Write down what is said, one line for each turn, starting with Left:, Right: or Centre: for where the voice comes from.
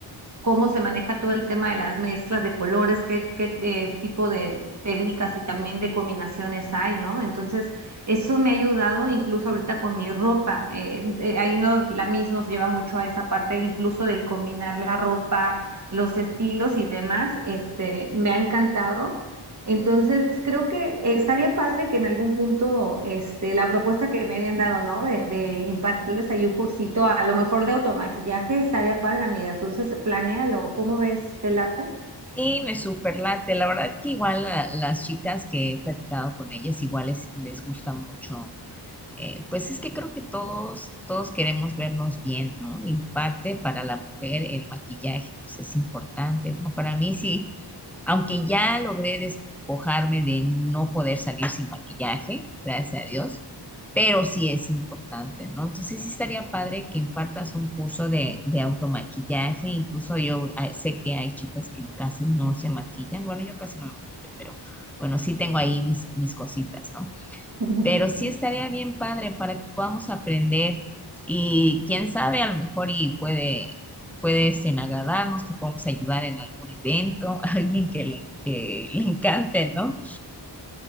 Right: cómo se maneja todo el tema de las mezclas de colores, qué, qué eh, tipo de técnicas y también de combinaciones hay, ¿no? Entonces, eso me ha ayudado incluso ahorita con mi ropa. eh, eh, ahí nos, la MIS nos lleva mucho a esa parte, incluso del combinar la ropa, los estilos y demás. Este, me ha encantado. Entonces, creo que eh, estaría padre que en algún punto, este, la propuesta que me habían dado, ¿no? De, de impartirles ahí un cursito, a lo mejor de automaquillaje, estaría padre, amiga. Entonces, planéalo, ¿cómo ves? ¿Te late?
Centre: Sí, me superlate. La verdad que igual la- las chicas que he platicado con ellas, igual les, les gusta mucho. Eh, pues es que creo que todos, todos queremos vernos bien, ¿no? Y parte para la mujer el maquillaje, pues es importante. Bueno, para mí sí, Aunque ya logré despojarme de no poder salir sin maquillaje, gracias a Dios, pero sí es importante, ¿no? Entonces sí estaría padre que impartas un curso de, de automaquillaje. Incluso yo ah, sé que hay chicas que casi no se maquillan. Bueno, yo casi no me maquillo, pero bueno, sí tengo ahí mis, mis cositas, ¿no?
Right: <laughs>
Centre: pero sí estaría bien padre para que podamos aprender y quién sabe, a lo mejor y puede, puede este, agradarnos, te podemos ayudar en algún evento, <laughs> alguien que le, que le encante, ¿no?